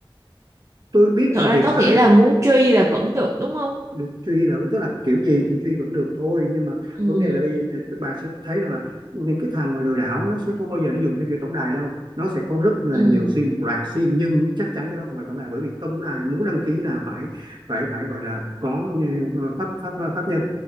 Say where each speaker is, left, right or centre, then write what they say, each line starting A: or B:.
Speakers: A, on the right; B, on the right.
A: tôi biết
B: thật
A: là
B: ra
A: hiện
B: có
A: tại
B: nghĩa là muốn truy là vẫn được đúng không
A: được truy là tức là kiểu gì thì truy vẫn được thôi nhưng mà
B: ừ
A: vấn đề là bây giờ à, bà sẽ thấy rằng là những cái thằng mà lừa đảo nó sẽ không bao giờ nó dùng theo kiểu tổng đài đâu nó sẽ có rất là
B: ừ
A: nhiều sim một loạt sim nhưng chắc chắn cái đó không phải tổng đài bởi vì tổng đài muốn đăng ký là phải phải phải gọi là có ừ, pháp pháp pháp nhân